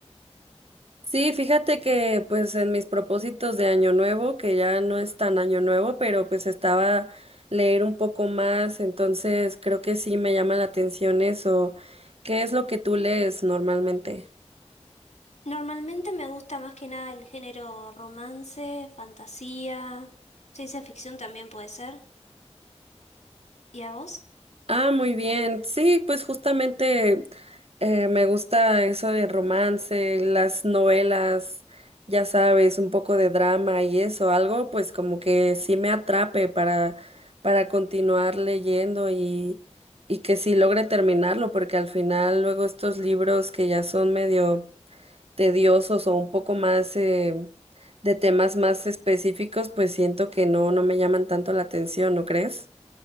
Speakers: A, on the right; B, on the left.
A: Sí, fíjate que pues en mis propósitos de año nuevo, que ya no es tan año nuevo, pero pues estaba leer un poco más, entonces creo que sí me llama la atención eso. ¿Qué es lo que tú lees normalmente?
B: Normalmente me gusta más que nada el género romance, fantasía, ciencia ficción también puede ser. ¿Y a vos?
A: Ah, muy bien. Sí, pues justamente eh, me gusta eso de romance, las novelas, ya sabes, un poco de drama y eso, algo pues como que sí me atrape para, para continuar leyendo y, y que sí logre terminarlo, porque al final luego estos libros que ya son medio tediosos o un poco más eh, de temas más específicos, pues siento que no, no me llaman tanto la atención, ¿no crees?